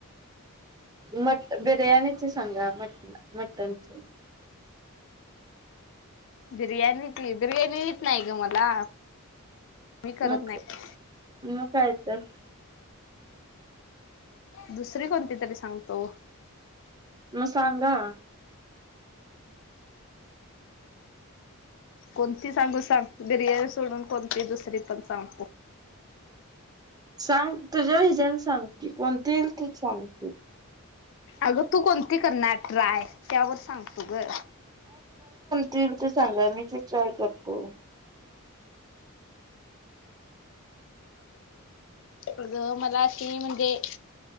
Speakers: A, on the right (about 20°); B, on the left (about 60°).
A: मटण बिर्याणीचे सांगा मटण मटणच.
B: बिर्याणी बिर्याणीच येत नाही ग मला. मी करत
A: मग
B: नाही
A: मग काय? का <unintelligible>
B: दुसरी कोणती तरी सांगतो?
A: मग सांगा?
B: कोणती सांगू सांग बिर्याणी सोडून कोणती दुसरी पण सांग?
A: सांग तुझ्या हिजने सांगते कोणती येईल ती सांग तु.
B: आग तु कोणती कोणती करणार ट्राय त्यावर सांगतो ग.
A: ती येईल ती सांगा मी ते ट्राय करतो.
B: अग मला अशी म्हणजे